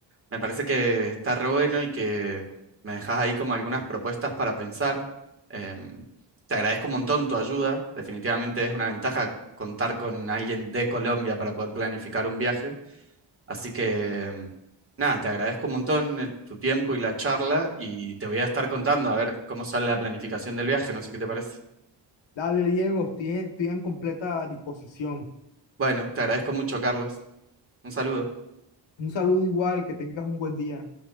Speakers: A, on the right (about 30°); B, on the left (about 70°).
A: me parece que está re bueno y que me dejas ahí como algunas propuestas para pensar. Em, te agradezco un montón tu ayuda, definitivamente es una ventaja contar con alguien de Colombia para poder planificar un viaje. Así que, mm, nada, te agradezco un montón eh, tu tiempo y la charla y te voy a estar contando a ver cómo sale la planificación del viaje, no sé qué te parece.
B: Dale, Diego, estoy, estoy en completa disposición.
A: Bueno, te agradezco mucho, Carlos. Un saludo.
B: Un saludo igual, que tengas un buen día.